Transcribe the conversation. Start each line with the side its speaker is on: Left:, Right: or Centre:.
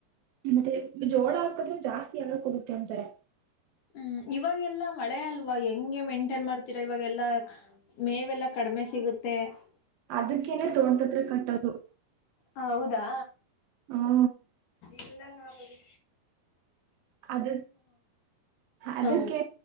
Right: ಮತ್ತೆ ಜೋಳ ಹಾಕದ್ರೆ ಜಾಸ್ತಿ ಯಾರ ಕೊಡುತ್ತೆ ಅಂತಾರೆ.
Left: ಹ್ಮ್ ಇವಾಗೆಲ್ಲಾ ಮಳೆ ಅಲ್ವಾ ಹೆಂಗೆ ಮೇಂಟೈನ್ ಮಾಡ್ತೀರಾ ಇವಾಗೆಲ್ಲ ಮೇವೆಲ್ಲಾ ಕಡಿಮೆ ಸಿಗುತ್ತೆ. ಮತ್ತು
Right: ಅದಕ್ಕೇನೆ ತೋಟಡತತ್ರ ಕಟ್ಟೋದು-
Left: ಹ ಹೌದಾ
Right: ಹ್ಮ
Left: ಎಲ್ಲ ಹಣಪತಿ
Right: ಅದು ಅದಕ್ಕೆ
Left: ಹ್ಮ